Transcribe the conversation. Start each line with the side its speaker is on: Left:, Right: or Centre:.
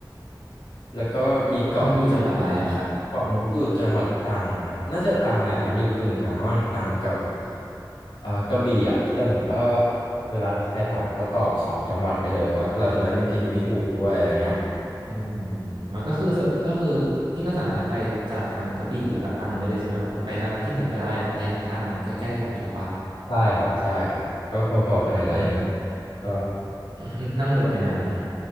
Left: แล้วก็มีเกาะ
Right: มันอยู่จังหวัดอะไรอะครับ
Left: เกาะมุกอยู่จังหวัดตรังครับน่าจะตรังแหละมันอยู่กึ่งกลางระหว่างตรังกับอ่ากระบี่อ่ะแต่ผมก็เวลาใครถามก็ตอบสองจังหวัดไปเลยเพราะเราจะได้ไม่ผิดไม่ถูกด้วยอะไรเงี้ย
Right: อ๋อก็คือก็คือพี่ก็สามารถไปจากทางกระบี่แล้วก็ตรังได้เลยใช่ไหมแบบว่าไปทางที่ไหนก็ได้ระยะทางมันใกล้ๆกันถูกปะ
Left: ใช่ครับใช่ครับก็พอๆกันเลยระยะ
Right: อืม
Left: ก็
Right: <laughs> นั่งเรือไปนานไหม